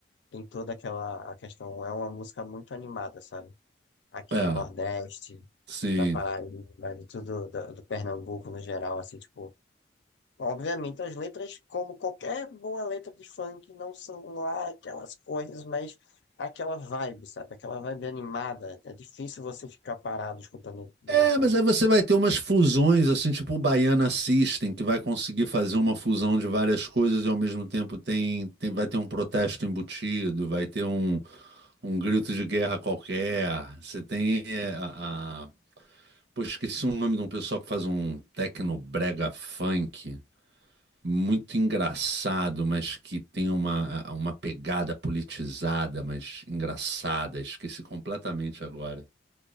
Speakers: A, on the left; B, on the right.
A: tem toda aquela a questão. É uma música muito animada, sabe? Aqui
B: É,
A: do Nordeste,
B: sim,
A: da Paraíba, né, de tudo, do, do Pernambuco no geral, assim, tipo. Obviamente, as letras, como qualquer boa letra de funk, não são lá aquelas coisas, mas aquela vibe, sabe? Aquela vibe animada. É difícil você ficar parado escutando brega
B: É,
A: funk.
B: mas aí você vai ter umas fusões, assim, tipo o Baiana System, que vai conseguir fazer uma fusão de várias coisas e ao mesmo tempo tem, tem- vai ter um protesto embutido, vai ter um, um grito de guerra qualquer. Você tem é, a, a- Pô, esqueci o nome de um pessoal que faz um tecnobrega funk, muito engraçado, mas que tem uma, a- uma pegada politizada, mas engraçada. Esqueci completamente agora